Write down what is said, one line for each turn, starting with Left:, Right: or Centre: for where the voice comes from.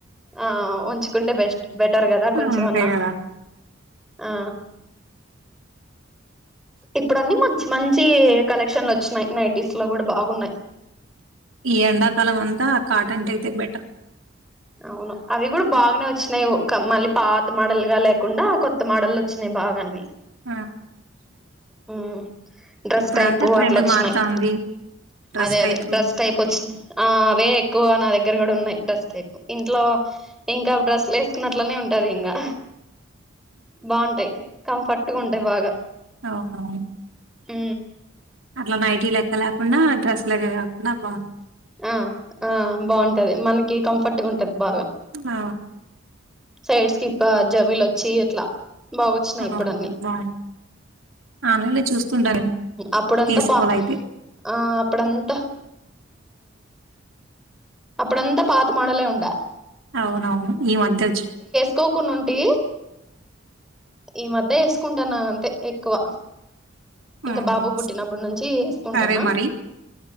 Centre: ఆ ఉంచుకుంటే బెస్ట్ బెటర్ కదా కొంచెంమన్నా
Right: అంతే కదా
Centre: ఆ ఇప్పుడు అన్నిీ మంచి మంచి కలెక్షన్లు వచ్చినయి నైటీస్ లో కూడా బాగున్నాయి
Right: ఈ ఎండాకాలం అంతా కాటన్ టయితే బెటర్
Centre: అవును అవి కూడా బాగానే వచ్చినాయి మళ్ళీ పాత మడలుగా లేకుండా కొత్త కొత్త మోడల్లు వచ్చినా బాగాన్నన్ని
Right: ఆ
Centre: ఉ డ్రస్
Right: ఇప్పుడంతా
Centre: టైపు
Right: ట్రెండ్
Centre: అట్ల వచ్చినాయి
Right: మారుతాంది డ్రెస్
Centre: అదే
Right: టైప్
Centre: అదే డ్రస్ టైప్ వచ్చినంది ఆ అవే ఎక్కువ నా దగ్గర కూడా ఉన్నాయి డ్రెస్ టైప్ ఇంట్లో ఇంకా డ్రెస్లు వేసుకున్నట్లనే ఉంటది ఇంకా బాగుంటాయి కంఫర్ట్గా ఉంటాయి బాగా
Right: ఆహా
Centre: హ
Right: అట్లా నైటీ లెక్క లేకుండా డ్రెస్ లెక్క కాకుండా బాగుంది
Centre: ఆ ఆ బాగుంటది మనకి కంఫర్ట్ ఉంటది బాగా
Right: ఆ
Centre: సైడ్స్కిి జబులు వచ్చి అట్లా బాగు వచ్చినయి
Right: అవును.
Centre: ఇప్పుడున్నిీ
Right: బావుంది. ఆన్‌లైన్‌లో చూస్తుంటా నేను
Centre: అప్పుడంతా
Right: తీసుకోవాలయితే.
Centre: పా ఆ అప్పుడంతా అప్పుడంతా పాత మోడలే ఉండ
Right: అవునవును ఈ మధ్య వచ్చి
Centre: ఎకోకుండా ఉంటే ఈ మధ్య వేసుకుంటాన్నా అంతే ఎక్కువ
Right: హ్మ్.
Centre: ఇంకా బాబు పుట్టినప్పుడు నుంచి వేసుకుంటాన్న
Right: సరే మరి